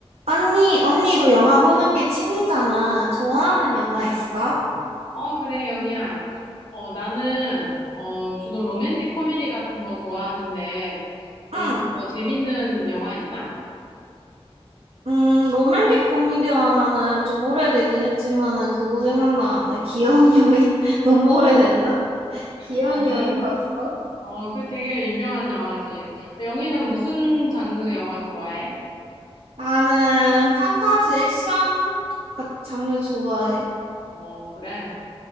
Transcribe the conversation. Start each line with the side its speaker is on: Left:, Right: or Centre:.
Right: 언니, 언니도 영화 보는 게 취미잖아. 좋아하는 영화 있어?
Left: 어, 그래, 영희야. 어, 나는, 어, 주로 로맨틱 코미디 같은 거 좋아하는데, 어,
Right: 응.
Left: 요즘 뭐 재밌는 영화 있나?
Right: 음, 로맨틱 코미디 하면은 좀 오래되긴 했지만은 그거 생각나는데. 귀여운 여인? <laughs> 너무 오래됐나? 귀여운
Left: 어, 그래.
Right: 여인 봤어?
Left: 어, 그 되게 유명한 영화지. 영희는 무슨 장르 영화 좋아해?
Right: 나는 판타지 액션 같- 장르 좋아해.
Left: 어, 그래.